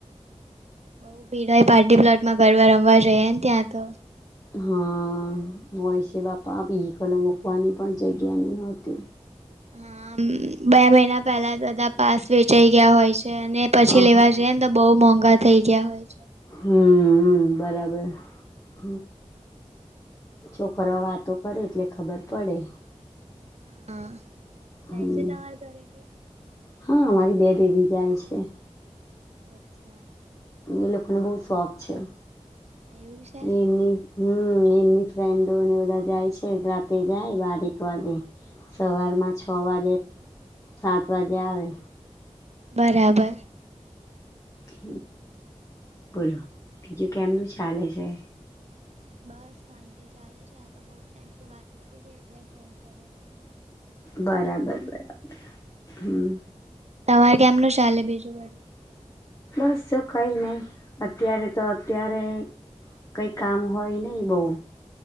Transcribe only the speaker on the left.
હા હોય છે બાપા વિહીકલો મૂકવાની પણ જગ્યા નહ હોતી.
અહ
હમ બરાબર હ છોકરો વાતો કરે એટલે ખબર પડે
હમ્મ
હા અમારી બે દેવી જાય છે.
એ લોકોને બહુ શોખ છે,
એ એમની હમ એમની ફ્રેન્ડોને બધા જાય છે રાતે જાય બારેક વાગે સવારમા, વાગે સાત વાગે આવે
હ બોલો બીજુ કેમનુ ચાલે છે.
બરાબર બરાબર હમ્મ
બસ જો કઈ નહી, અત્યારે તો અત્યારે કઈ કામ હોય નહ બઉ